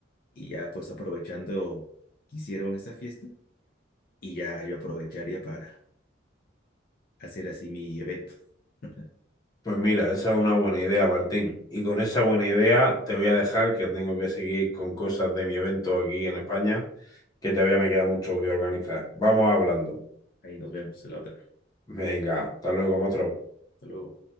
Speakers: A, on the left (about 50°); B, on the left (about 20°).
A: Y ya pues aprovechando que hicieron esa fiesta, y ya yo aprovecharía para hacer así mi evento. <laughs>
B: pues mira, esa es una buena idea, Martín. Y con esa buena idea te voy a dejar que tengo que seguir con cosas de mi evento aquí en España, que todavía me queda mucho que organizar. Vamos hablando.
A: Ahí nos vemos a la otra.
B: Venga, hasta luego, otro.
A: Hasta luego.